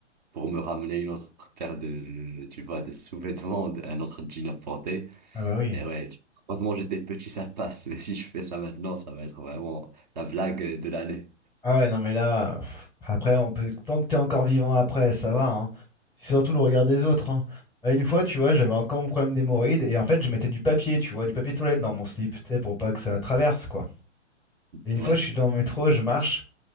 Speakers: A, on the right (about 40°); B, in the centre.
A: pour me ramener une autre paire de, tu vois, de sous-vêtements, de- un autre jean à porter.
B: ah bah oui.
A: Et ouais, tu- heureusement, j'étais petit, ça passe. <laughs> Mais si je fais ça maintenant, ça va être vraiment la blague de l'année.
B: Ah ouais, non mais là, pff, après, on peut, tant que t'es encore vivant après, ça va, hein. C'est surtout le regard des autres, hein. Bah, Une fois, tu vois, j'avais encore mon problème d'hémorroïdes et en fait, je mettais du papier, tu vois, du papier toilette dans mon slip, tu sais, pour pas que ça traverse, quoi. Et une
A: Ouais.
B: fois, je suis dans le métro, je marche